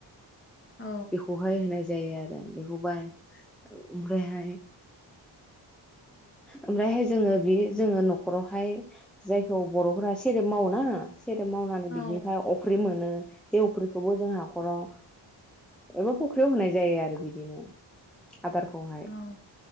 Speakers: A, on the left; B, in the centre.
A: औ
B: बेखौहाय होनाय जायो आरो बेखौबो ओमफ्रायहाय ओमफ्रायहाय जोङो बे जोङो न'खरावहाय जायखौ बर'फोरा सेरेब मावो ना सेर मावनानै
A: औ
B: बिदिनिफाय अफ्रि मोनो बे अफ्रिखौबो जों हाखराव एबा फुख्रियाव होनाय जायो आरो बिदिनो । आदारखौहाय
A: औ